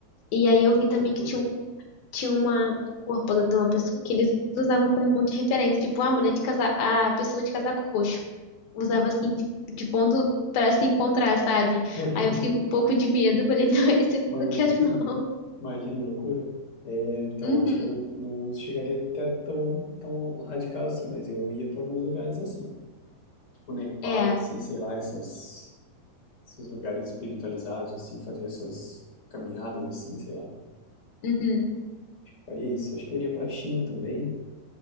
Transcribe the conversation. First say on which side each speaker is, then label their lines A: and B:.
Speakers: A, on the left; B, on the left.
A: E aí eu
B: É
A: vi
B: uma
A: também
B: loucura.
A: que tinha um, tinha uma, um corpo lá de uma pessoa que eles usavam como ponto de referência, tipo, a mulher de casa, a pessoa de casaco roxo. Usava assim, de, de ponto pra se encontrar, sabe?
B: <laughs>
A: Aí eu fiquei com um pouco de medo, falei, <laughs> não, isso eu
B: Imagina.
A: não quero não.
B: Imagina, loucura. É, então,
A: Uhum.
B: eu acho que eu não, não chegaria até tão, tão radical assim, mas eu ia para alguns lugares assim. Tipo Nepal,
A: É,
B: assim, sei lá, essas, esses lugares espiritualizados, assim, fazer essas caminhadas, assim, sei lá.
A: uhum.
B: Faria isso. Acho que eu iria para a China também.